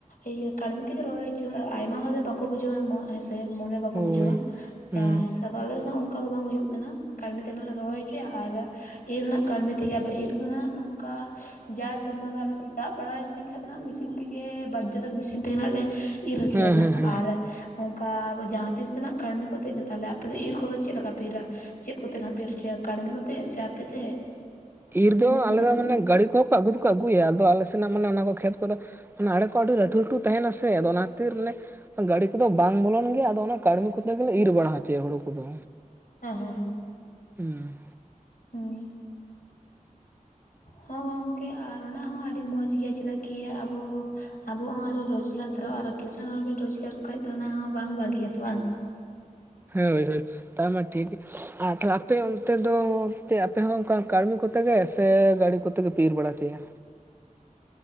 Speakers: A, on the left; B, on the right.
A: ᱤᱭᱟᱹ ᱠᱟᱹᱲᱢᱤ ᱛᱮᱜᱮ ᱨᱚᱦᱚᱭ ᱦᱚᱪᱚ ᱟᱭᱢᱟ ᱦᱚᱲ ᱫᱚ ᱵᱟᱠᱚ ᱵᱩᱡᱷᱟᱹᱣᱟ ᱦᱮᱸᱥᱮ ᱢᱚᱱᱮᱨᱮ ᱵᱟᱠᱚ
B: ᱦᱳᱭ
A: ᱵᱩᱡᱷᱟᱹᱣᱟ᱾
B: ᱦᱩᱸ
A: ᱦᱮᱸ ᱥᱮ ᱟᱫᱚ ᱟᱞᱮ ᱫᱚ ᱱᱟᱦᱟᱜ ᱚᱱᱠᱟ ᱫᱚ ᱵᱟᱝ ᱦᱩᱭᱩᱜ ᱠᱟᱱᱟ ᱠᱟᱰᱤ ᱛᱮ ᱱᱟᱜ ᱞᱮ ᱨᱚᱦᱚᱭ ᱦᱚᱪᱚᱭᱟ ᱟᱨ ᱤᱨ ᱦᱚ ᱱᱟᱦᱟᱜ ᱠᱟᱹᱲᱢᱤ ᱛᱮᱜᱮ ᱟᱫᱚ ᱤᱨ ᱫᱚ ᱱᱟᱦᱟᱜ ᱱᱚᱝᱠᱟ ᱡᱟ ᱥᱮᱨᱢᱟ ᱫᱚ ᱟᱞᱮᱥᱮᱫ ᱫᱟᱜ ᱵᱟᱲᱟᱭ ᱤᱥᱤᱱ ᱠᱷᱟᱱᱡ ᱫᱚ ᱱᱟᱦᱟᱜ ᱢᱮᱥᱤᱱ ᱛᱮ ᱜᱮ ᱵᱟᱡᱡᱚᱛ <unintelligible> ᱢᱮᱥᱤᱱ ᱛᱮᱜᱮ ᱟᱸᱜ ᱞᱮ ᱤᱨ ᱦᱚᱪᱚᱭᱟ
B: ᱦᱮᱸ
A: ᱱᱟᱜ,
B: ᱦᱮᱸ ᱦᱮᱸ
A: ᱟᱨ ᱚᱱᱠᱟ ᱡᱟᱦᱟᱸ ᱛᱤᱥ ᱛᱮᱱᱟᱜ ᱠᱟᱹᱢᱤ ᱠᱚ ᱠᱟᱛᱮ ᱜᱮ ᱛᱟᱦᱚᱞᱮ ᱟᱯᱮ ᱫᱚ ᱤᱨ ᱠᱚᱫᱚ ᱪᱮᱫ ᱞᱮᱠᱟ ᱯᱮ ᱤᱨᱟ? ᱪᱮᱫ ᱠᱚᱛᱮ ᱱᱟᱦᱟᱜ ᱯᱮ ᱤᱨ ᱪᱚᱭᱟ ᱠᱟᱹᱲᱢᱤ ᱠᱚᱛᱮ ᱥᱮ ᱟᱯᱮ ᱛᱮ ᱥᱮ
B: ᱤᱨᱫᱚ
A: ᱢᱮᱥᱤᱱ
B: ᱟᱞᱮᱫᱚ
A: ᱠᱚᱛᱮ?
B: ᱢᱟᱱᱮ ᱜᱟᱹᱲᱤ ᱠᱚᱦᱚᱸ ᱠᱚ ᱟᱹᱜᱩ ᱫᱚᱠᱚ ᱟᱹᱜᱩᱭᱟ ᱟᱫᱚ ᱟᱞᱮ ᱥᱮᱱᱟᱜ ᱢᱟᱱᱮ ᱚᱱᱟ ᱠᱚ ᱠᱷᱮᱛ ᱠᱚᱨᱮ ᱚᱱᱟ ᱟᱲᱮ ᱠᱚ ᱟᱹᱰᱤ ᱞᱟᱹᱴᱩ ᱞᱟᱹᱴᱩ ᱛᱟᱦᱮᱱᱟ ᱥᱮ ᱟᱫᱚ ᱚᱱᱟ ᱠᱷᱟᱹᱛᱤᱨ ᱟᱱᱮ ᱜᱟᱹᱰᱤ ᱠᱚᱫᱚ ᱵᱟᱝ ᱵᱚᱞᱚᱱ ᱜᱮᱭᱟ ᱟᱫᱚ ᱚᱱᱟ ᱠᱟᱹᱲᱢᱤ ᱠᱚᱛᱮ ᱜᱮᱞᱮ ᱤᱨ ᱵᱟᱲᱟ ᱦᱚᱪᱚᱭᱟ ᱦᱩᱲᱩ ᱠᱚᱫᱚ᱾
A: ᱦᱚᱸ, ᱦᱚᱸ-ᱦᱚᱸ᱾
B: ᱦᱩᱸ
A: ᱚᱸ ᱦᱚᱸ ᱜᱚᱝᱠᱮ ᱟᱨ ᱚᱱᱟ ᱦᱚᱸ ᱟᱹᱰᱤ ᱢᱚᱡᱽ ᱜᱮᱭᱟ ᱪᱮᱫᱟᱜ ᱠᱤ ᱟᱵᱚ ᱟᱵᱚ ᱦᱚᱸ ᱟᱨᱚ ᱨᱚᱡᱽᱜᱟᱨ ᱛᱟᱨᱟᱜᱼᱟ ᱟᱨᱚ ᱠᱤᱸᱥᱟᱹᱬ ᱦᱚᱲ ᱵᱚᱱ ᱨᱚᱡᱽᱜᱟᱨ ᱠᱷᱟᱡ ᱫᱚ ᱚᱱᱟ ᱦᱚᱸ ᱵᱟᱝ ᱵᱷᱟᱹᱜᱤ ᱟ ᱥᱮ ᱵᱟᱝ?
B: ᱦᱳᱭ ᱦᱳᱭ ᱛᱟᱭᱢᱟ ᱴᱷᱤᱠ ᱜᱮᱭᱟ ᱟᱨ ᱛᱟᱦᱞᱮ ᱟᱯᱮ ᱚᱱᱛᱮ ᱫᱚ ᱟᱯᱮ ᱦᱚᱸ ᱚᱱᱠᱟ ᱠᱟᱹᱲᱢᱤ ᱠᱚ ᱠᱚᱛᱮ ᱜᱮ ᱮᱥᱮ ᱜᱟᱹᱲᱤ ᱠᱚᱛᱮ ᱜᱮ ᱯᱤᱨ ᱵᱟᱲᱟ ᱦᱚᱪᱮᱭᱟ᱾